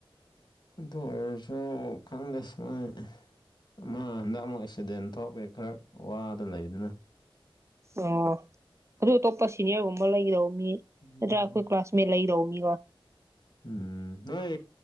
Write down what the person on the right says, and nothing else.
ꯑꯣ ꯑꯗꯨ ꯑꯇꯣꯞꯄ ꯁꯤꯅꯤꯌꯔꯒꯨꯝꯕ ꯂꯩꯒꯗꯧꯕ ꯃꯤ
ꯅꯠꯇ꯭ꯔꯥ ꯑꯩꯈꯣꯏ ꯀ꯭ꯂꯥꯁꯃꯦꯠ ꯂꯩꯒꯗꯧ ꯃꯤꯒ